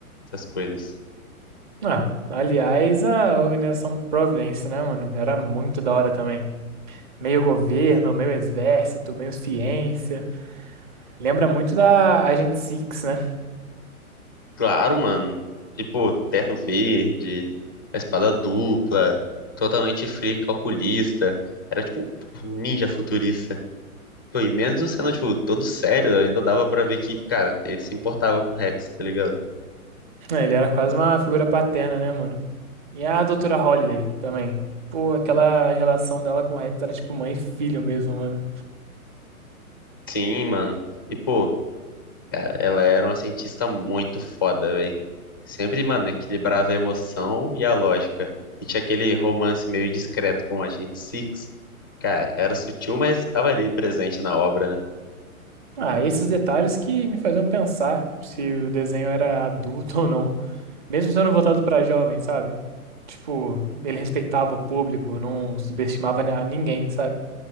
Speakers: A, on the left; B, on the right.
A: essas coisas.
B: Ah, aliás, a organização Providence, né, mano? Era muito da hora também. Meio governo, meio exército, meio ciência. Lembra muito da Agent Six, né?
A: Claro, mano. E, pô, terno verde, a espada dupla, totalmente free calculista. Era tipo um ninja futurista. Pô, e mesmo sendo, tipo, todo sério, ainda dava pra ver que, cara, ele se importava com o Rex, tá ligado?
B: É, ele era quase uma figura paterna, né, mano? E a doutora Holliday também. Pô, aquela relação dela com o Rex era tipo mãe e filho mesmo, mano.
A: Sim, mano. E, pô, cara, ela era uma cientista muito foda, velho. Sempre, mano, equilibrava a emoção e a lógica. E tinha aquele romance meio discreto com o Agente Six. Cara, era sutil, mas tava ali presente na obra, né?
B: Ah, esses detalhes que me faziam pensar se o desenho era adulto <laughs> ou não. Mesmo sendo voltado pra jovem, sabe? Tipo, ele respeitava o público, não subestimava ni- a ninguém, sabe?